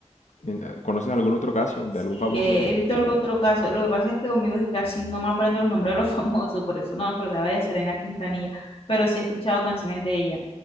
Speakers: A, on the left; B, on the left.
A: En- ¿Conoces algún otro caso
B: Eh,
A: de
B: Sí,
A: algún famoso
B: eh,
A: así?
B: he visto algún otro caso. Lo que pasa es que conmigo es que casi no me aprendo los nombres de los <laughs> famosos, por eso no me acordaba de Selena Quintanilla, pero sí he escuchado canciones de ella.